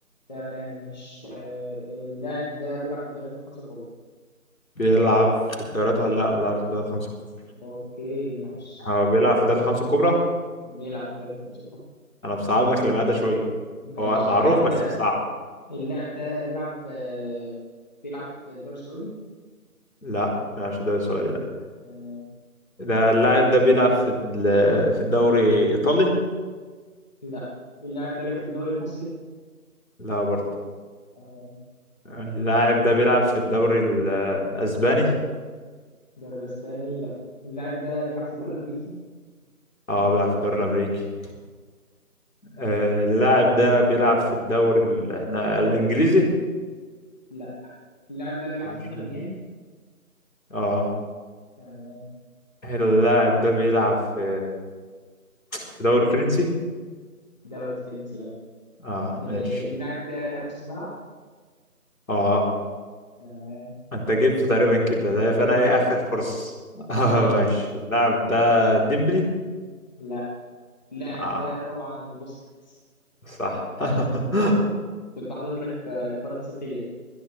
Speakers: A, on the left; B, on the left.
A: تمام مش آه، اللاعب ده بيلعب في الدوريات الخمسة الكبرى
B: بيلعب في الدوريات ولا لا ما بيلعبش في الدوريات الخمسة الكبرى
A: اوكي ماشي
B: هو بيلعب في الدوريات الخمسة الكبرى
A: بيلعب في الدوريات الخمسة الكبرى
B: انا بصعب لك اللي معاه ده شوية
A: ماشي
B: هو معروف
A: اللاعب ده
B: بس مصعب
A: اللاعب ده بيلعب آه، بيلعب في الدوري السعودي
B: لا ما بيلعبش في الدوري السعودي لا
A: آه،
B: ده اللاعب ده بيلعب في ال- في الدوري الإيطالي
A: لا اللاعب ده بيلعب في الدوري المصري
B: لا برضه
A: آه،
B: اللاعب ده بيلعب في الدوري الأسباني
A: الدوري الاسباني لا اللاعب ده بيلعب في الدوري الامريكي
B: اه بيلعب في الدوري الأمريكي آه، اللاعب ده بيلعب في الدوري ال... احنا الإنجليزي
A: لا اللاعب ده بيلعب
B: بيلعبش
A: في انتر
B: إنجليزي.
A: ميامي
B: اه
A: تمام
B: اللاعب ده بيلعب في في دوري فرنسي
A: دوري فرنسي اه
B: اه
A: إيه،
B: ماشي
A: اللاعب ده نص ملعب
B: اه
A: تمام
B: انت جبته تقريبا كده ده
A: انا
B: فانا
A: كده جبته
B: ايه اخر فرصة <laughs> اه
A: اه
B: ماشي اللاعب ده ديمبلي
A: لا اللاعب
B: اه
A: ده طبعا بوسكيتس
B: صح <laughs>
A: آه، كنت حاطط لك آه، كفاراتسخيليا